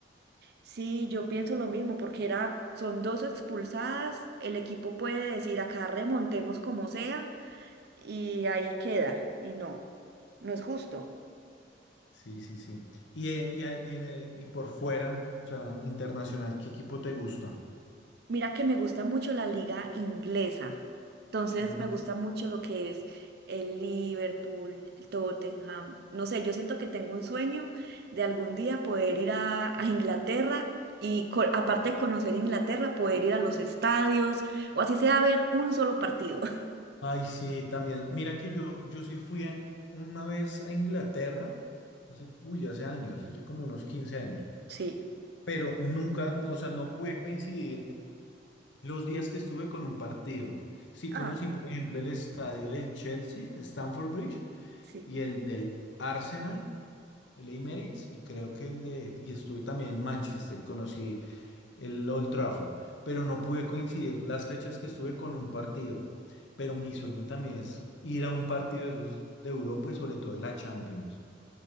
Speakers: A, on the right (about 55°); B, on the left (about 70°).
A: Sí, yo pienso lo mismo, porque era, son dos expulsadas, el equipo puede decir acá remontemos como sea, y ahí queda. Y no, no es justo.
B: Sí, sí, sí. Y, eh, y, a- y en, eh, y por fuera, o sea, internacional, ¿qué equipo te gusta?
A: Mira que me gusta mucho la liga inglesa. Entonces
B: Mm.
A: me gusta mucho lo que es el Liverpool, el Tottenham. No sé, yo siento que tengo un sueño de algún día poder ir a, a Inglaterra y co- aparte de conocer Inglaterra, poder ir a los estadios o así sea a ver un solo partido. <laughs>
B: Ay, sí, también. Mira que yo, yo sí fui a- una vez a Inglaterra, hace, uy, hace años, hace como unos 15 años,
A: Sí.
B: pero nunca, no, o sea, no pude coincidir Los días que estuve con un partido. Sí
A: Ah,
B: conocí, por ejemplo, el estadio del Chelsea, Stamford Bridge,
A: sí.
B: y el del Arsenal, el Emirates, y creo que el de... Y estuve también en Manchester y conocí el Old Trafford, pero no pude coincidir las fechas que estuve con un partido. Pero mi sueño también es ir a un partido de esos de Europa y sobre todo de la Champions.